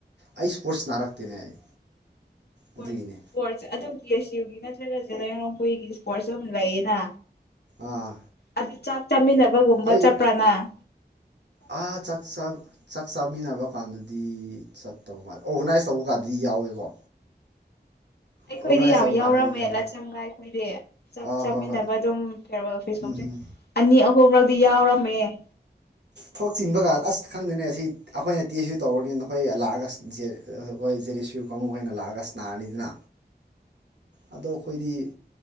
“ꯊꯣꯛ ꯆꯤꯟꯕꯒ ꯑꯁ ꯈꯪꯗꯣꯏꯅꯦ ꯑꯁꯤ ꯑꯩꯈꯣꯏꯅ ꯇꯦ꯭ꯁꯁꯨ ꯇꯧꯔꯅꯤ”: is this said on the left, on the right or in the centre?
Right